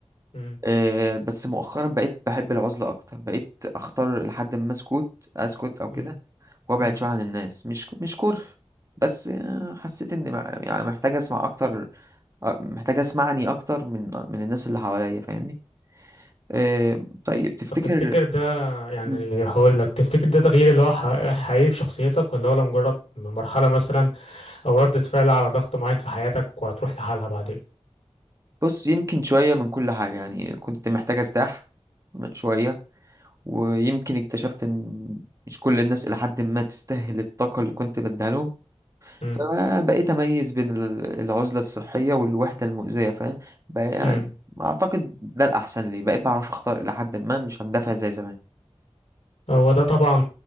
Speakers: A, on the left; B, on the right.
A: مم،
B: آه، بس مؤخرا بقيت بحب العزلة اكتر بقيت اختار لحد ما اسكت اسكت او
A: مم،
B: كده وابعد
A: مم.
B: شويه عن الناس مش مش كره بس آه، حسيت ان مع- يعني محتاج اسمع اكتر آه، محتاج اسمعني اكتر من من الناس اللي حواليا فاهمني آه، طيب تفتكر
A: طب تفتكر ده يعني
B: مم.
A: هقول لك تفتكر ده تغيير اللي هو ح- حقيقي في شخصيتك ولا هو مجرد مرحلة مثلا أو ردة فعل على ضغط معين في حياتك وهتروح لحالها بعدين
B: بص يمكن شويه من كل حاجه يعني كنت محتاج ارتاح م- شويه ويمكن اكتشفت ان مش كل الناس الى حد ما تستاهل الطاقه اللي كنت بديها لهم
A: مم،
B: فبقيت اميز بين ال- العزله الصحيه والوحده المؤذيه فاهم بقى يعني
A: مم.
B: اعتقد ده الاحسن لي بقيت بعرف اختار الى حد ما مش هندفع زي زمان
A: هو ده طبعا